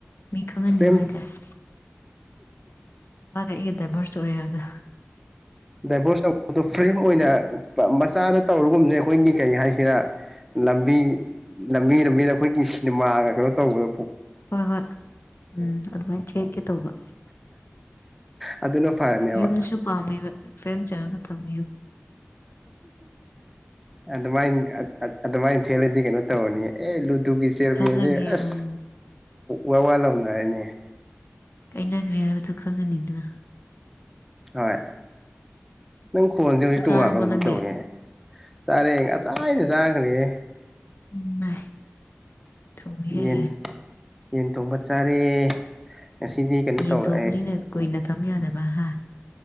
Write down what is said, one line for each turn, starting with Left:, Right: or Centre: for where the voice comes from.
Left: ꯃꯤ ꯈꯪꯍꯟꯅꯤꯡꯕ
Centre: ꯐ꯭ꯔꯦꯝ
Left: ꯍꯥꯏꯇꯥꯔꯦ ꯃꯥꯒꯤ ꯑꯩꯑ ꯑꯩꯒꯥ ꯗꯥꯏꯚꯣꯔꯁ ꯇꯧꯔꯦ ꯍꯥꯏꯕꯗꯣ
Centre: ꯗꯥꯏꯚꯣꯔꯁ ꯇꯧꯕ ꯐ꯭ꯔꯦꯝ ꯑꯣꯏꯅ ꯃꯆꯥꯗ ꯇꯧꯔꯨꯒꯨꯝꯁꯦ ꯑꯩꯈꯣꯏꯒꯤ ꯀꯩ ꯍꯥꯏꯁꯤꯔ ꯂꯝꯕꯤ ꯂꯝꯕꯤ ꯂꯝꯕꯤꯗ ꯑꯩꯈꯣꯏꯒꯤ ꯁꯤꯅꯦꯃꯥꯒ ꯀꯩꯅꯣ ꯇꯧꯕꯗ
Left: ꯍꯣꯏ ꯍꯣꯏ ꯎꯝ ꯑꯗꯨꯃꯥꯏꯅ ꯊꯦꯛꯀꯦ ꯇꯧꯕ
Centre: ꯑꯗꯨꯅ ꯐꯔꯅꯦꯕ
Left: ꯌꯨꯝꯗꯁꯨ ꯄꯥꯝꯃꯦꯕ ꯐꯔꯦꯝ ꯆꯪꯉꯒ ꯊꯝꯕ
Centre: ꯑꯗꯨꯃꯥꯏ ꯑꯗꯨ ꯃꯥꯥꯏꯅ ꯊꯦꯂꯗꯤ ꯀꯩꯅꯣ ꯇꯧꯔꯅꯤ ꯑꯦ ꯑꯗꯨꯒꯤ ꯆꯤꯌꯥꯔꯃꯦꯟꯁꯦ
Left: ꯈꯪꯉꯅꯤ
Centre: ꯑꯁ
Left: ꯎꯝ
Centre: ꯋꯥ ꯋꯥ ꯂꯧꯎꯅꯔꯅꯤ
Left: ꯀꯩꯅꯈ꯭ꯔꯦ ꯍꯥꯏꯕꯗꯨ ꯈꯪꯉꯅꯤꯗꯅ
Centre: ꯍꯣꯏ ꯅꯪ ꯈꯣꯟꯁꯦ ꯍꯧꯖꯤꯛ
Left: ꯆꯥꯛ
Centre: ꯇꯣꯡꯉꯑꯕ꯭ꯔꯥ
Left: ꯆꯥꯔꯕꯣ
Centre: ꯀꯩꯅꯣꯝ
Left: ꯅꯪꯗꯤ
Centre: ꯇꯧꯋꯦ ꯆꯥꯔꯦ ꯉꯁꯥꯏꯅ ꯆꯥꯈ꯭ꯔꯦ
Left: ꯏꯃꯥꯏ ꯊꯨꯏꯍꯦ
Centre: ꯌꯦꯟ ꯌꯦꯟ ꯊꯣꯡꯕ ꯆꯥꯔꯦ ꯉꯁꯤꯗꯤ ꯀꯩꯅꯣ
Left: ꯌꯦꯟ
Centre: ꯇꯧ
Left: ꯊꯣꯡꯕꯅꯤꯅ ꯀꯨꯏꯅ ꯊꯝꯌꯥꯗꯕ ꯍꯥ